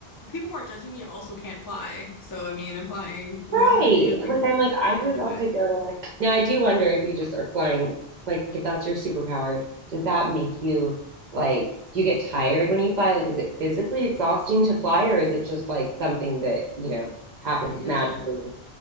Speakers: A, on the left; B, on the right.
A: people who are judging me also can't fly. So I mean, I'm flying, you
B: Right.
A: know, even if I, I'm
B: Like I'm like I'm
A: not going
B: about
A: that high.
B: to go to. Now I do wonder if you just are flying, like if that's your superpower, does that make you like do you get tired when you fly? Like is it physically exhausting to fly or is it just like something that, you know, happens
A: You
B: magically?
A: just do.